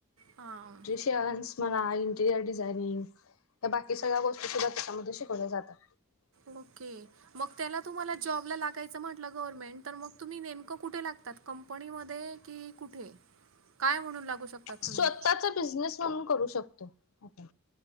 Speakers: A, on the right (about 70°); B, on the left (about 75°).
A: हां.
B: चेयन्स म्हणा इंटिरियर डिझायनिंग या बाकी सगळ्या गोष्टी सुद्धा त्याच्यामध्ये शिकवल्या जातात.
A: मग की मग त्याला तुम्हाला जॉबला लागायचं म्हटलं गव्हर्मेंट तर मग तुम्ही नेमकं कुठे लागतात कंपनीमध्ये कि कुठे काय म्हणून लागू शकतात
B: स्वतःचा
A: तुम्ही?
B: बिझनेस म्हणून करू शकतो आपण.